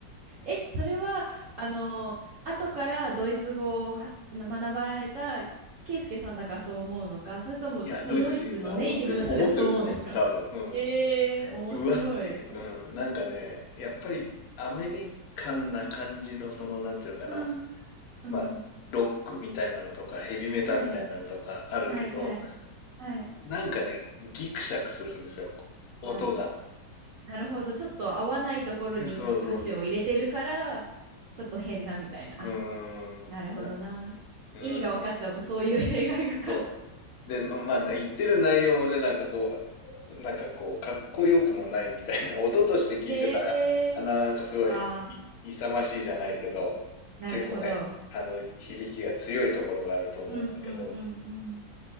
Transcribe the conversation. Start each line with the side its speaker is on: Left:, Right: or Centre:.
Right: え、それは、あの、後からドイツ語をは学ばれたケイスケさんだからそう思うのか、それとも、
Left: いや、ドイツ人が思ってる、
Right: もうドイツのネイティブの人でもそう思うんですか
Left: 思ってると思います、多分。うん。
Right: えー、面白い。
Left: うわっていう。うん。なんかね、やっぱりアメリカンな感じのその、なんていうのかな。
Right: うん、うん。
Left: まあ、ロックみたいなのとか、ヘビメタみたいなのとかあるけど、
Right: はい、はい、はい、はい。
Left: なんかね、ギクシャクするんですよ。音が。
Right: あ、なるほど。ちょっと合わないところに歌詞を入れてるから、
Left: そうそうそう。
Right: ちょっと変なみたいな。あ、
Left: <laughs> うーん。
Right: なるほどな。
Left: な、うん。
Right: 意味が分かっちゃうとそういう <laughs> 弊害が
Left: そう。で、まあ、言ってる内容もね、なんかそう、なんかこう、かっこよくもないみたいな、音として聞いてたら、
Right: <laughs> えー、
Left: あ、なんかすごい、
Right: あ
Left: い、勇ましいじゃないけど、
Right: ー、なるほど。
Left: 結構ね、あの、響きが強いところがあると思うんだけど、
Right: うんうんうんうん。